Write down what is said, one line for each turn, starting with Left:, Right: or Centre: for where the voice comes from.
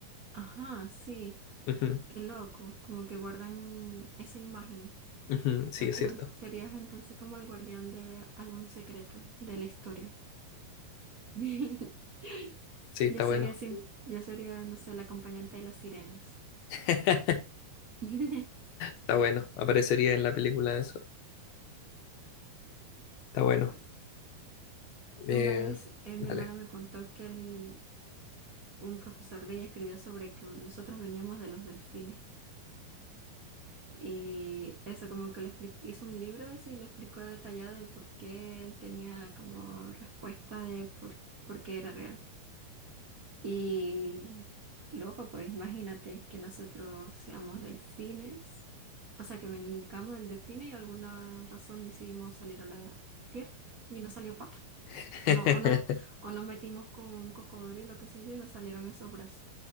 Right: Ajá, sí,
Left: Ujú,
Right: qué loco, como que guardan esa imagen.
Left: ujú, Sí,
Right: Está
Left: es
Right: cool.
Left: cierto.
Right: Serías entonces como el guardián de algún secreto de la historia. <laughs>
Left: Sí,
Right: Yo
Left: está
Right: sería,
Left: bueno.
Right: sim- yo sería, no sé, la acompañante de las sirenas.
Left: <laughs>
Right: <laughs>
Left: Está bueno. Aparecería en la película eso. Está bueno. Eh,
Right: Una vez eh, mi
Left: dale.
Right: hermana me contó que el- un profesor de ella escribió sobre que nosotros veníamos de los delfines. Y eso como que lo expli- hizo un libro de eso y lo explicó detallado del por qué él tenía como respuesta de por, por qué era real. Y loco, pues imagínate que nosotros seamos delfines, o sea, que vengamos del delfine y alguna razón decidimos salir a la tierra y no salió pato.
Left: <laughs>
Right: O no, o no, o nos metimos con un cocodrilo, qué sé yo, y nos salieron esos brazos,